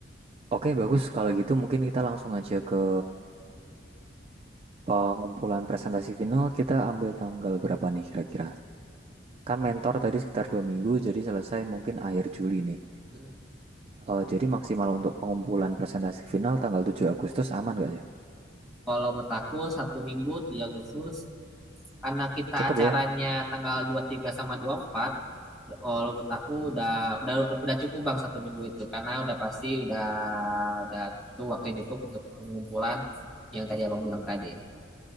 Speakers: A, on the right; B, in the centre.
A: Oke, bagus. Kalau gitu mungkin kita langsung aja ke pengumpulan presentasi final. Kita ambil tanggal berapa nih kira-kira? Kan mentor tadi sekitar dua minggu, jadi selesai mungkin akhir Juli nih.
B: Hmm.
A: Eh, jadi maksimal untuk pengumpulan presentasi final tanggal 7 Agustus aman gak ya?
B: Kalau menurut aku satu minggu 3 Agustus karena kita
A: Cukup
B: acaranya
A: ya?
B: tanggal dua puluh tiga sama dua puluh empat. kalau menurut aku udah udah udah, udah cukup bang satu minggu itu karena udah pasti udah udah itu waktu yang cukup untuk pengumpulan yang tadi abang bilang tadi.